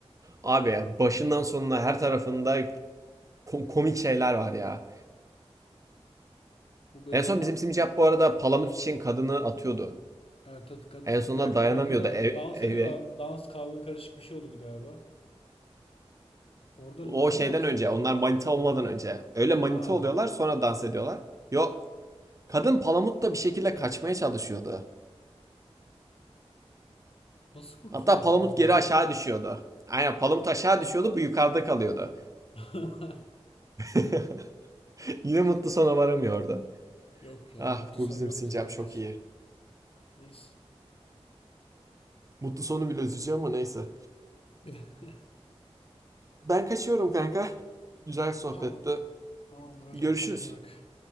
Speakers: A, on the right (about 30°); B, on the left (about 60°).
A: Abi ya başından sonuna her tarafında komik şeyler var ya.
B: Bu bölüm
A: En son
B: ama
A: bizim Simcap bu arada palamut için kadını atıyordu.
B: Evet, evet kad-
A: En sonunda
B: bir dakika
A: dayanamıyordu
B: kadınla
A: ev-
B: dans
A: eve.
B: ediyorlar. Dans kavga karışık bir şey oluyordu galiba. Orada
A: O
B: lava
A: şeyden
B: mı atıyordu?
A: önce, onlar manita olmadan önce. Öyle manita
B: Ha
A: oluyorlar sonra
B: doğru
A: dans
B: doğru.
A: ediyorlar. Yo, kadın palamutla bir şekilde
B: Hmm.
A: kaçmaya çalışıyordu.
B: Nasıl kurtuluyordu
A: Hatta Palamut
B: kadından
A: geri
B: ya?
A: aşağı düşüyordu. Aynen Palamut aşağı düşüyordu bu yukarıda kalıyordu.
B: <laughs>
A: <laughs> Yine mutlu sona varamıyordu.
B: Yok ya
A: Ah
B: mutlu
A: bu
B: son
A: bizim
B: yok
A: sincap
B: bizim karakter
A: çok
B: için.
A: iyi.
B: Neyse.
A: Mutlu sonu bile üzücü ama neyse.
B: <laughs>
A: Ben kaçıyorum kanka. Güzel sohbette.
B: Tamam. Tamamdır hocam
A: Görüşürüz.
B: kendine iyi bak.